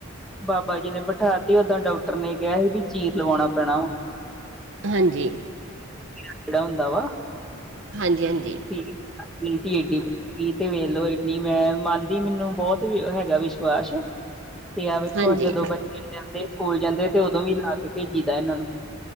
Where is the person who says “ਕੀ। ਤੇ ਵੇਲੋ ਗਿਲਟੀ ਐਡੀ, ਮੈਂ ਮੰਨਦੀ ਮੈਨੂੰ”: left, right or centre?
Centre